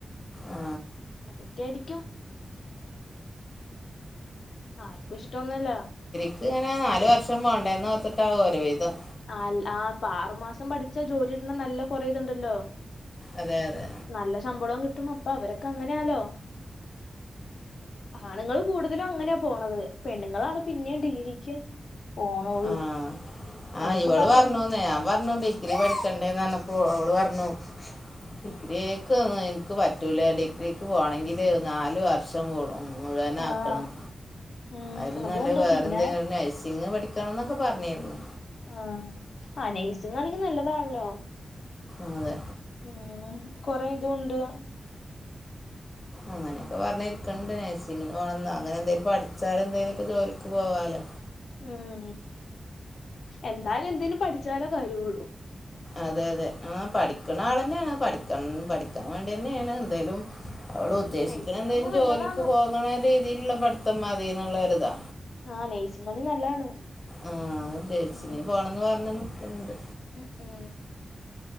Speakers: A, on the left (about 30°); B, on the left (about 65°).
A: ആ,
B: അതൊക്കെ യായിരിക്കും ആർക്കും ഇഷ്ടോന്നല്ല
A: ക്ക് ങ്ങനെ നാല് വർഷം പോണ്ടേെന്ന് ഓർത്തിട്ടാവും ഒരുവിധം
B: ആൽ ആ പ്പ ആറുമാസം പഠിച്ചാ ജോലികിട്ടണ നല്ല കൊറേത്ണ്ടല്ലോ
A: അതെ അതെ
B: നല്ല ശമ്പളം കിട്ടുമ്പോ പ്പ അവരൊക്കെ അങ്ങനാലോ ആണുങ്ങൾ കൂടുതലും അങ്ങനെയാ പോണത് പെണ്ണുങ്ങളാണ് പിന്നെയും ഡിഗ്രിക്ക് പോണോള്ളൂ
A: ആഹ
B: അവർക്ക്
A: ആ ഇവള്
B: പെട്ടെന്ന്
A: പറഞ്ഞുന്നെ ഞാൻ പറഞ്ഞു ഡി ഗ്രി പഠിക്കണ്ടേന്ന്റന്നപ്പോ അവള് പറഞ്ഞു ഡിഗ്രിക്ക്ന്നു എനിക്ക് പറ്റൂല ഡിഗ്രിക്ക് പോണങ്കില് നാല് വർഷം പോണം മുഴുവനാക്കണം
B: ആഹ് ഉം
A: അയിലും
B: അതുണ്ട്
A: നല്ലെ വേറെന്തെങ്കിലും
B: പിന്നെ
A: ഒരു നഴ്സിങ് പഠിക്കണംന്നൊക്കെ പറഞ്ഞിരുന്നു
B: ആഹ ആനൈസിങ്ങാണെങ്കിൽ നല്ലതാണല്ലോ
A: അതെ
B: ഉം കൊറെ ഇതും ഉണ്ട്
A: അങ്ങനെയൊക്കെ പറഞ്ഞിരിക്കണ്ട് നഴ്സിംഗ പോണംന്നോ അങ്ങനെ എന്തേലും പഠിച്ചാല എന്തേലെക്കെ ജോലിക്ക് പോവാലോ
B: ഉം എന്തായാലും എന്തേലും പഠിച്ചാലോ കാര്യുള്ളൂ
A: അതെ അതെ ആ പഠിക്കണ ആൾ തന്നെയാണ് പഠിക്ക പഠിക്കാൻ വേണ്ടി തന്നെയാണ് എന്തായാലും അവള്
B: ഉം
A: ഉദ്ദേശിക്കണ
B: നഴ്സിംഗാവുമ്പോ
A: എന്തേലും
B: നല്ലതാണ്
A: ജോലിക്ക് പോകണ രീതിയിലുള്ള പഠിത്തം മതിന്നുള്ളരിതാ
B: ആഹ് നഴ്സിംഗാണ് നല്ലാണ്
A: ആഹ ജേസിങ്ങിന്
B: ഉം
A: പോണംന്ന് പറഞ്ഞ് നിക്ക്ണ്ട്
B: ഉം ഉം